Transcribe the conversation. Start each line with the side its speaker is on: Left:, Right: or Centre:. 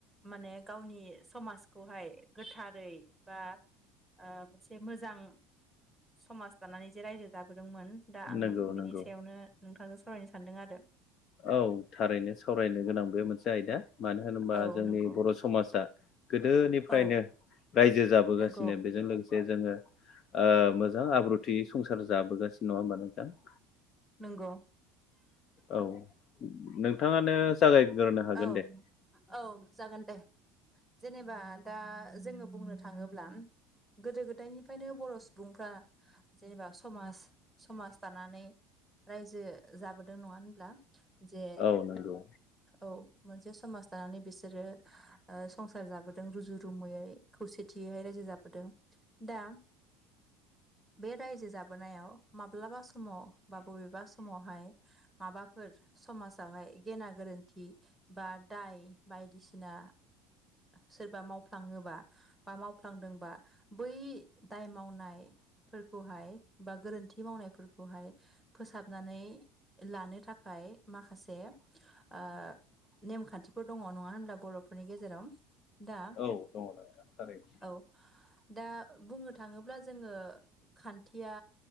Centre: माने गावनि समाजखौहाय गोथारै बा आ मोनसे मोजां समाज दानानै जे रायजो जाबोदोंमोन दा आं
Left: नंगौ
Centre: बिनि
Left: नंगौ
Centre: सायावनो नोंथांजों सावरायनो सानदों आरो
Left: औ थारैनो सावरायनो गोनां बे मोनसे आयदा मानो होनोबा
Centre: औ
Left: जोंनि
Centre: नंगौ
Left: बर' समाजा गोदोनिफ्रायनो
Centre: औ
Left: रायजो जाबोगासिनो
Centre: नंगौ
Left: बेजों लोगोसे जोङो ओ मोजां आब्रुथि संसार जाबोगासिनो नङा होनोमबा नोंथां?
Centre: नोंग
Left: औ नोंथाङानो जागायग्रो हागोन
Centre: औ
Left: दे।
Centre: औ जागोन दे जेनेबा दा जोङो बुंनो थाङोब्ला गोदो गोदायनिफ्रायनो बर' सुबुंफ्रा जेनेबा समाज समाज दानानै रायजो जाबोदों नङा होनब्ला जे
Left: औ नंगौ
Centre: औ मोनसे समाज दानानै बिसोरो आ संसार जाबोदों रुजु रुमुयै खौसेथियै रायजो जाबोदों दा बे रायजो जाबोनायाव माब्लाबा समाव बा बबेबा समावहाय माबाफोर समाजावहाय गेना गोरोन्थि बा दाय बायदिसिना सोरबा मावफ्लाङोबा बा मावफ्लांदोंबा बै दाय मावनाय फोरखौहाय बा गोरोन्थि मावनायफोरखौहाय फोसाबनानै लानो थाखाय माखासे आ नेमखान्थिफोर दङ नङा होनब्ला बर'फोरनि गेजेराव? दा
Left: औ दङ नोंथां थारैनो
Centre: औ दा बुंनो थाङोब्ला जोङो खान्थिया